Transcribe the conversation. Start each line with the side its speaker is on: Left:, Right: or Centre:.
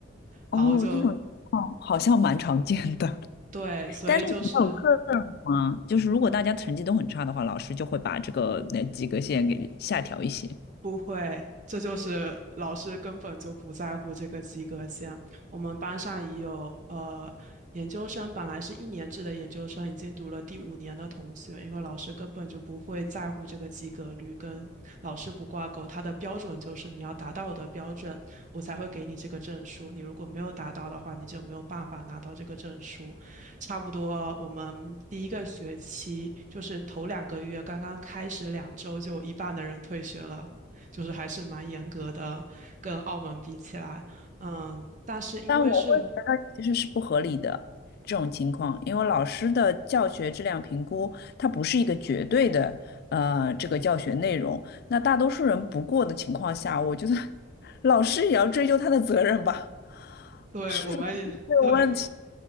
Left: 哦，
Right: 然后就
Left: 这种好像蛮常见的。
Right: 对，所以就是
Left: 但是你们有课吗？就是如果大家成绩都很差的话，老师就会把这个那及格线给下调一些。
Right: 不会，这就是老师根本就不在乎这个及格线。我们班上已有呃研究生，本来是一年制的研究生，已经读了第五年的同学，因为老师根本就不会在乎这个及格率，跟老师不挂钩。他的标准就是你要达到我的标准，我才会给你这个证书。你如果没有达到的话，你就没有办法拿到这个证书。差不多，我们第一个学期就是头两个月刚刚开始两周，就有一半的人退学了。就是还是蛮严格的，跟澳门比起来，嗯，但是因为是，
Left: 但我会觉得其实是不合理的这种情况，因为老师的教学质量评估，它不是一个绝对的呃这个教学内容。那大多数人不过的情况下，我觉得老师也要追究他的责任吧，
Right: 对，
Left: 是不是他们有问题？
Right: 我们也，对，